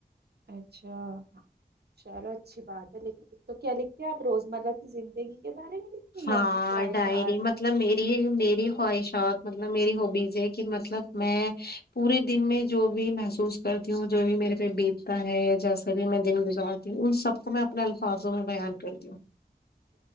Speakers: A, on the right; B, on the left.
A: ہے اچھا چلو اچھی بات ہے لیکن تو کیا لکھتے ہیں آپ روزمرہ کی زندگی کے بارے میں لکھتے ہیں
B: ہاں
A: یا اپنی خواہشات
B: ڈائری مطلب میری میری خواہشات مطلب میری ہوبیز ہے کہ مطلب میں پورے دن میں جو بھی محسوس کرتی ہوں جو بھی میرے پہ بیتتا ہے جیسا کبھی میں دن گزارتی ہوں ان سب تو میں اپنے الفاظوں میں بیان کرتی ہوں